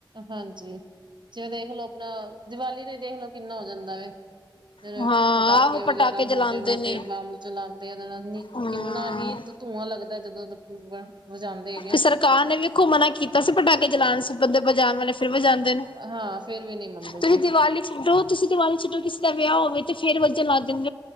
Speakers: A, on the right (about 60°); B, on the left (about 75°).
A: ਹਾਂਜੀ, ਜਿਵੇਂ ਦੇਖਲੋ ਆਪਣਾ ਦੀਵਾਲੀ ਤੇ ਦੇਖਲੋ ਕਿੰਨਾ ਹੋ ਜਾਂਦਾ ਵੇ। ਜਿਵੇਂ
B: ਹਾਂ
A: ਪਟਾਕੇ
B: ਆਹੋ
A: ਵਗੈਰਾ
B: ਜਲਾਉਂਦੇ
A: ਮੋਟੇ-ਮੋਟੇ
B: ਨੇ
A: ਬੰਬ ਚਲਾਉਂਦੇ ਆ
B: ਹਾਂ
A: ਕਿੰਨਾ ਹੀ ਪ੍- ਧੂੰਆਂ ਲੱਗਦਾ ਜਦੋਂ- ਜਦੋਂ ਵਜਾਉਂਦੇ ਹੈਗੇ
B: ਤੇ
A: ਨੇ।
B: ਸਰਕਾਰ ਨੇ ਵੀ ਵੇਖੋ ਮਨਾ ਕੀਤਾ ਸੀ। ਪਟਾਕੇ ਜਲਾਨ ਸੀ ਪਰ ਬਜਾਣ ਬਜਾ ਵਾਲੇ ਫੇਰ ਵਜਾਦੇ ਦੇ ਨੇ
A: ਹਾਂ ਫੇਰ ਵੀ ਨਹੀਂ ਮੰਨਦੇ
B: ਤੁਸੀਂ
A: ਜੀ
B: ਦੀਵਾਲੀ ਚ ਤੋ, ਤੁਸੀਂ ਦੀਵਾਲੀ ਵਿੱਚ ਕਿਸੇ ਦਾ ਵਿਆਹ ਹੋਵੇ ਤੇ ਫੇਰ ਵੱਜਣ ਲਗ ਜਾਦੇਂਣ।